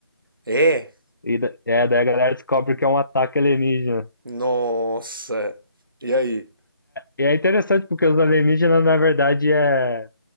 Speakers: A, on the right (about 55°); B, on the left (about 50°).
A: É?
B: e da- é, daí a galera descobre que é um ataque alienígena.
A: Nossa. E aí?
B: E é interessante porque os alienígenas, na verdade, é